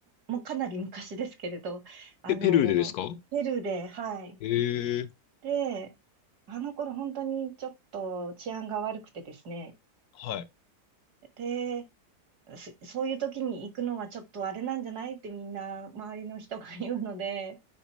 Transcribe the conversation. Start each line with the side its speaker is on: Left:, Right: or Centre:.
Right: もうかなり昔ですけれど、あの、
Left: ペ、ペルーでですか
Right: ペルーで、はい。
Left: ええ。
Right: で、あの頃本当にちょっと治安が悪くてですね。
Left: はい。
Right: で、そそういう時に行くのはちょっとあれなんじゃないってみんな周りの人が言うので、